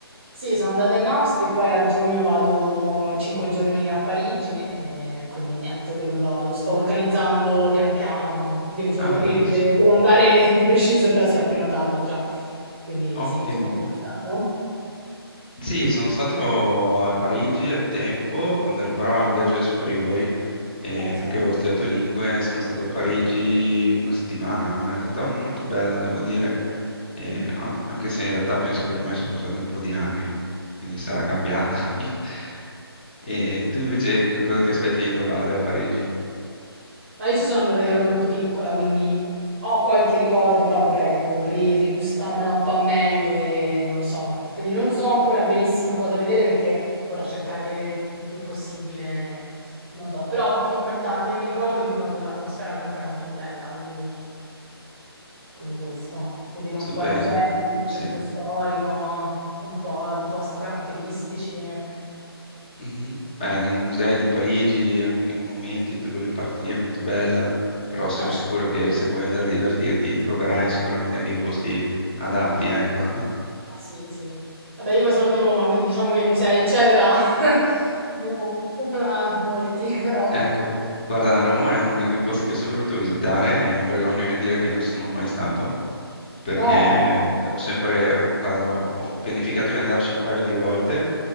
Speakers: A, on the right; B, on the left.
A: Sì, sono andata in Austria e poi a giugno vado 5 giorni a Parigi e quindi niente, quello lo, lo sto organizzando pian piano, devo solo
B: Ah,
A: capire
B: bellissimo,
A: dove, dove andare <laughs> di preciso, però sì, ho prenotato già. Quindi
B: ottimo.
A: sì, tu ci sei mai stato?
B: Sì, sono stato a Parigi al tempo, quando ero però a un viaggio dei superiori, eh,
A: Ok.
B: perché avevo studiato lingue, sono stato a Parigi una settimana, ma è stata molto bella, devo dire, Eh,
A: Mhm.
B: an- anche se in realtà penso che ormai sono passati un po' di anni, quindi sarà cambiata. <laughs> E tu invece co- cosa ti aspetti di trovare a Parigi?
A: Ma io ci sono andata che ero molto piccola, quindi ho qualche ricordo, però vorrei, ecco, ri- rigustarmela un po' meglio e non lo so. Quindi non so ancora benissimo cosa vedere perché vorrei cercare di vedere il più possibile, non lo so. Però comunque da che mi ricordo, mi ricordo che l'atmosfera comunque era molto bella, quindi, quindi questo. Vedere
B: Stupendo,
A: un po' i musei, il centro
B: sì.
A: storico, un po' di posti caratteristici. Eh
B: Mhm. Beh, i musei di Parigi, anche i monumenti, tutte quelle parti lì è molto bella, però sono
A: sì.
B: sicuro che se vuoi andare a divertirti troverai sicuramente anche i posti adatti, ecco. <laughs>
A: Ah, sì, sì. Vabbè, io poi sono di Roma, quindi diciamo che i musei, eccetera, <laughs> ne ho <laughs> ah, molti, però
B: Ecco, guarda, Roma è uno di quei posti che ho sempre voluto visitare e mi vergogno nel dire che non ci sono mai stato, perché
A: no,
B: ho sempre, an- guarda, ho, ho pianificato di andarci un paio di volte